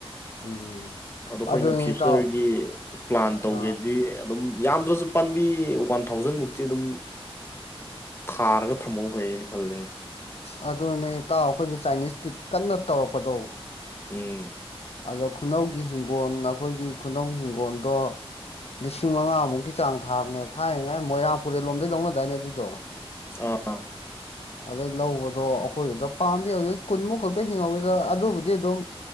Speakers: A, on the left; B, on the left.
A: ꯎꯝ
B: ꯑꯗꯣ ꯑꯩꯈꯣꯏꯅ
A: ꯑꯗꯨꯅꯦ
B: ꯐ꯭ꯌꯨꯆꯔꯒꯤ
A: ꯏꯇꯥꯎ
B: ꯄ꯭ꯂꯥꯟ ꯇꯧꯒꯦꯗꯤ
A: ꯑ
B: ꯑꯗꯨꯝ ꯌꯥꯝꯗ꯭ꯔꯁꯨ ꯄꯥꯟꯕꯤ ꯋꯥꯟ ꯊꯥꯎꯖꯟ ꯃꯨꯛꯇꯤ ꯑꯗꯨꯝ ꯊꯥꯔꯒ ꯊꯝꯃꯧ ꯐꯩꯅ ꯈꯜꯂꯦ
A: ꯑ ꯑꯗꯨꯅꯦꯇꯥꯎ ꯑꯩꯈꯣꯏꯁꯦ ꯆꯥꯏꯅꯤꯁ ꯇꯤꯛ ꯀꯟꯅ ꯇꯧꯔꯛꯄꯗꯣ
B: ꯎꯝ
A: ꯑꯗꯣ ꯈꯨꯅꯧꯒꯤ ꯍꯤꯡꯒꯣꯜ ꯑꯩꯈꯣꯏꯒꯤ ꯈꯨꯅꯧꯒꯤ ꯍꯤꯡꯒꯣꯜꯗꯣ ꯂꯤꯁꯤꯡ ꯃꯉꯥꯃꯨꯛꯀꯤ ꯆꯥꯡ ꯊꯥꯕꯅꯦꯕ ꯊꯥꯏꯅꯉꯥꯏ ꯃꯣꯏꯔꯥꯡ ꯄꯨꯨꯔꯦꯜ ꯂꯣꯝꯗꯩ ꯂꯧꯅꯗꯥꯏꯅꯦ ꯑꯗꯨꯏꯗꯣ
B: ꯑ
A: ꯑꯗꯩ ꯂꯧꯕꯗꯣ ꯑꯩꯈꯣꯏꯒꯤꯗ ꯄꯥꯝꯕꯤꯩ ꯀꯨꯟꯃꯨꯛ ꯈꯛꯇ ꯍꯤꯡꯍꯧꯏꯗ ꯑꯗꯨꯕꯨꯗꯤ ꯑꯗꯨꯝ